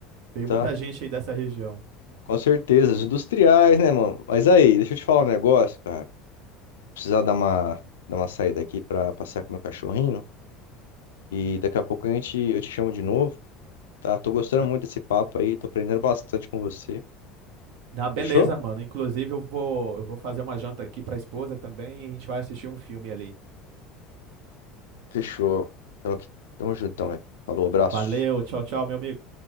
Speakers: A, on the right; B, on the left.
A: Veio
B: Tá.
A: muita gente aí dessa região.
B: Com certeza. Os industriais, né, mano? Mas aí, deixa eu te falar um negócio, cara. precisar dar uma, dar uma saída aqui pra passear com meu cachorrinho. E daqui a pouco a gente, eu te chamo de novo, tá? Tô gostando
A: Na,
B: muito desse papo aí, tô aprendendo bastante com você.
A: na beleza,
B: Fechou?
A: mano. Inclusive, eu vou, eu vou fazer uma janta aqui pra esposa também e a gente vai assistir um filme ali.
B: Fechou. Então aqui, tamo juntão, velho. Falou, abraço.
A: Valeu, tchau, tchau, meu amigo.